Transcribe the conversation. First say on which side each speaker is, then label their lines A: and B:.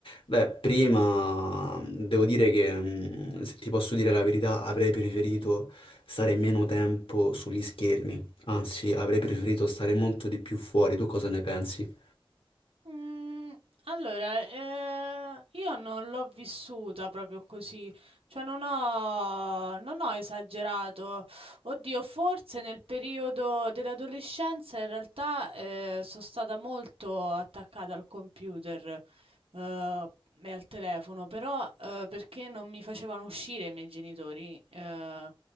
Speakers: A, on the left; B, on the right.
A: Beh, prima devo dire che, mh, se ti posso dire la verità, avrei preferito
B: Mh-mh.
A: stare meno tempo sugli schermi, anzi, avrei preferito stare molto di più fuori. Tu cosa ne pensi?
B: Mm, Allora, eh, io non l'ho vissuta proprio così, cioè non ho, non ho esagerato. Oddio, forse nel periodo dell'adolescenza in realtà eh, sono stata molto attaccata al computer eh, e al telefono, però eh, perché non mi facevano uscire i miei genitori. eh,